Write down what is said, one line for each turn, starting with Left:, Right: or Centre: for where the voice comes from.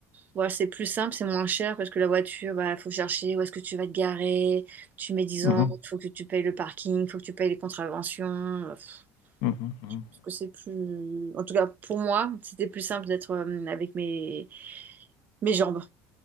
Right: ouais, c'est plus simple, c'est moins cher parce que la voiture, bah, faut chercher où est-ce que tu vas te garer, tu mets dix
Left: Mhm,
Right: ans, faut que tu payes le parking, faut que tu payes les contraventions. euh, pff,
Left: mhm, mhm.
Right: Parce que c'est plus. En tout cas, pour moi, c'était plus simple d'être euh, avec mes, mes jambes.